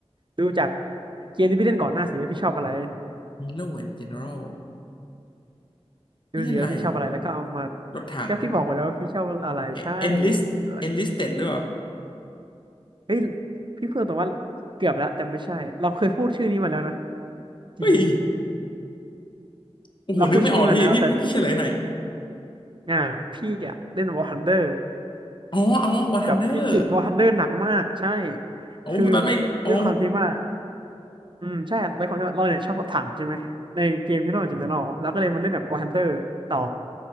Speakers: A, on the right; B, on the left.
A: ดูจากเกมที่พี่เล่นก่อนหน้าสิว่าพี่ชอบอะไร
B: Hero and General พี่เล่นอะไรอะ
A: ดูสิว่าพี่ชอบอะไรแล้วก็เอามา
B: รถถัง
A: ก็พี่บอกไว้แล้วว่าพี่ชอบอะไรใช่
B: เอ Enlist
A: อะไร
B: Enlisted หรือเปล่า
A: เฮ้ยพี่เพิ่งแต่ว่าเกือบแล้วแต่ไม่ใช่เราเคยพูดชื่อนี้มาแล้วนะ
B: เฮ้ย
A: จริงๆเราพูดชื่อนี้มาแล้วแต่
B: โอ้โหนึกไม่ออกเลยพี่พี่พี่พี่เฉลยหน่อย
A: อ่าพี่อะเล่น War Thunder
B: อ๋ออ๋อ War Thunder
A: แบบพี่ติด War Thunder หนักมากใช่
B: โอ้ตอนไม่อ๋อ
A: คือด้วยความที่ว่า อืมใช่ครับเป็นคนที่ว่าเราเนี่ยชอบรถถังใช่ไหมในเกมฮีโร่จินตนอแล้วก็เลยมาเล่นแบบวอร์ฮันเตอร์ต่อ